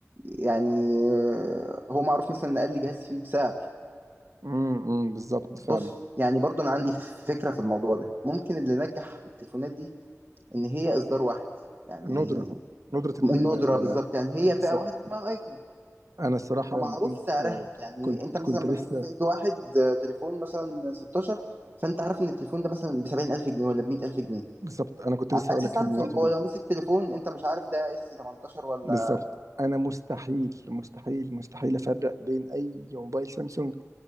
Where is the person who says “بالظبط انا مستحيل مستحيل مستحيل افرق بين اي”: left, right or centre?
Right